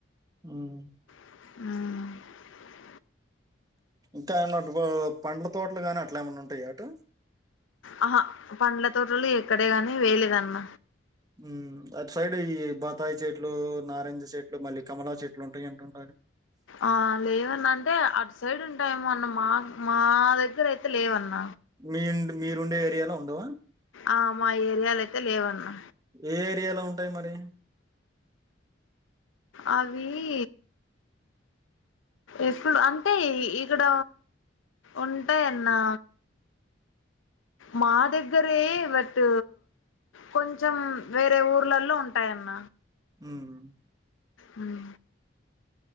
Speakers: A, on the right; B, on the left.
A: మ్
B: మ్
A: ఇంకా ఏమన్న పండ్ల తోటలు గాని అట్లా ఏమన్నా ఉంటాయా అటు
B: ఆహా పండ్ల తోటలు ఎక్కడే గాని వేయలేదన్న
A: మ్ అటు సైడ్ ఈ బత్తాయి చెట్లు నారింజ చెట్లు మళ్ళీ కమలా చెట్లు ఉంటాయి అంటున్నారు
B: ఆ లేవన్న అంటే అటు సైడు ఉంటాయేమో అన్న మా మా దగ్గర అయితే లేవన్న
A: మీ మీరుండే ఏరియాలో ఉండవా
B: ఆ మా ఏరియాల అయితే లేవన్నా
A: ఏ ఏరియాలో ఉంటయి మరి
B: అవీ ఎప్పుడ అంటే ఇక్కడ ఉంటాయన్నా మా దగ్గరే బట్ కొంచెం వేరే ఊర్లలో ఉంటాయన్న
A: ఉమ్
B: మ్